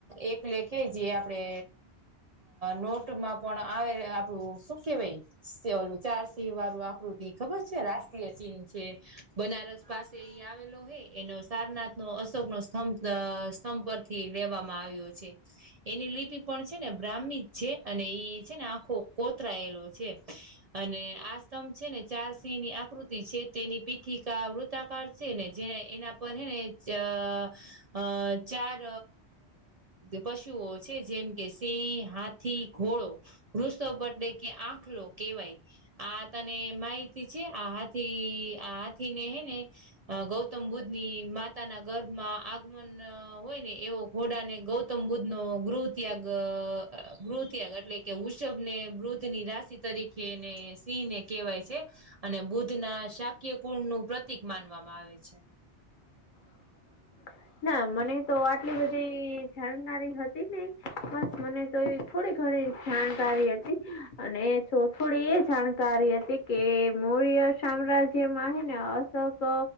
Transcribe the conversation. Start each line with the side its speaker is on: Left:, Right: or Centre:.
Right: એકલેેખ કે જે આપડે, નોટમાં પણ આવે આપડું કે ભાઈ સ ઓલું ચાર સિંહ વાળું આકૃતિ ખબર છે રાષ્ટ્રીય ચિહ. બનારસ પાસે એ આવેલો હે એનો સારનાથ નો અશોકનોો સ્તંભ અ સ્તંભ પરથી લેવામાં આવ્યો છે. એની લિપિ પણ છે ને બ્રાહ્મી છે અને એ છે ને આખો કોતરાયેલો છે, અને આ સ્તંભ છે ને ચાર સિંહ ની આકૃતિ છે. તેની પીઠિકા વૃતાકાળ છે ને જેને એના પર હેને અ ચાર પશુઓ છે જેમ કે સિંહ હાથી ઘોડો વૃષો બે કે આંખલો કેહેવાય. આ તને માહિતી છે આહાથી આાથી ને હે ને. અ ગૌતમ બુદ્ધ ની માતાના ગર્ભમાં અહ આગમન હોય ને એવો ઘોડાને ગૌતમ બુદ્ધ નો ગૃહ ત્યાગ ગૃહ ત્યાગ એટલેકે વૃષભ ને મૃધ ની રાશિ તરીકે ને સિંહને કહેવાય છે અને બુદ્ધના શાક્યકુળ નું પ્રતિક માનવામાં આવે છે.
Left: <inaudible> ના મને તો આટલી બધી જાણકારી હતી નઈ, બસ મને તો એ થોડી ઘણી જાણકારી હતી અને થોડી એ જાણકારી હતી. કે મૌર્ય સામ્રાજ્યમાં હે ને અસંગ